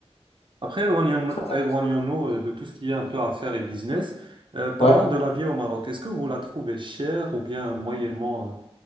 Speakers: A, on the right; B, on the left.
A: Après, éloignons,
B: Très impressionnant.
A: éloignons-nous euh, de tout ce qui est un peu affaires et business. Euh, parlons
B: Ouais.
A: de la vie au Maroc. Est-ce que vous la trouvez chère ou bien moyennement,